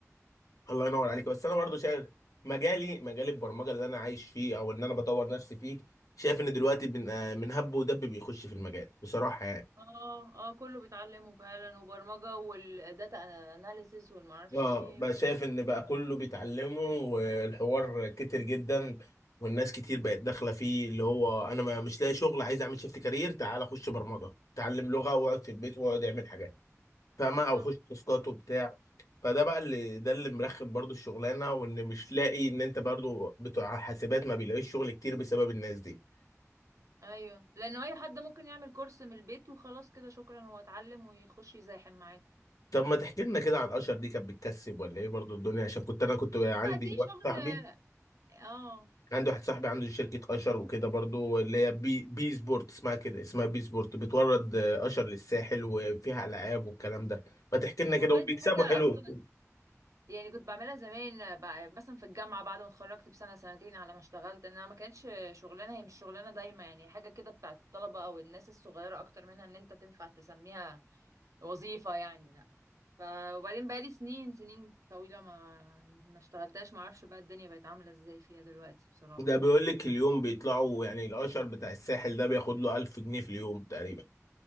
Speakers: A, on the left (about 85°); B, on the right (about 75°).
A: الله ينور عليك بس انا برضو شايف مجالي مجال البرمجة اللي انا عايش فيه او ان انا بطور نفسي فيه شايف ان دلوقتي من آه، من هب ودب بيخش في المجال بصراحة يعني
B: اه اه كله بيتعلمه فعلا وبرمجة والداتا اناليسيس والمعرفش
A: اه
B: ايه
A: بقى شايف ان بقى كله بيتعلمه والحوار كتر جدا والناس كتير بقت داخله فيه اللي هو انا ما مش لاقي شغل عايز اعمل شيفت كارير تعال اخش برمجه اتعلم لغه واقعد في البيت واقعد اعمل حاجات فاهمه
B: صح
A: او اخش تاسكات وبتاع فده بقى اللي ده اللي مرخم برضو الشغلانه وان مش لاقي ان انت برضو بتوع حاسبات ما بيلاقيش شغل كتير بسبب الناس دي
B: ايوه لانه اي حد ممكن يعمل كورس من البيت وخلاص كده شكرا هو اتعلم ويخش يزاحم معاكم
A: طب ما تحكي لنا كده عن اشر دي كانت بتكسب ولا ايه برضو الدنيا عشان كنت انا كنت عندي
B: لا دي
A: واحد
B: شغل
A: صاحبي
B: اه
A: عندي واحد صاحبي عنده شركة أشر وكده برضو اللي هي بي, بي سبورت اسمها كده اسمها بي سبورت بتورد آه، أشر للساحل وفيها ألعاب والكلام ده ما تحكي لنا كده
B: والله
A: وبيكسبوا
B: دي حاجة
A: حلو
B: اصلا يعني كنت بعملها زمان بع- مثلا في الجامعة بعد ما اتخرجت بسنة سنتين على ما اشتغلت انها ما كانتش شغلانة هي مش شغلانة دايما يعني حاجة كده بتاعت الطلبة او الناس الصغيرة اكتر منها ان انت تنفع تسميها وظيفة يعني لا ف... وبعدين بقالي سنين سنين طويلة ما ما اشتغلتهاش ما اعرفش بقى الدنيا بقت عاملة ازاي فيها دلوقتي بصراحة
A: ده بيقول لك اليوم بيطلعوا يعني الأشر بتاع الساحل ده بياخد له 1000 جنيه في اليوم تقريبا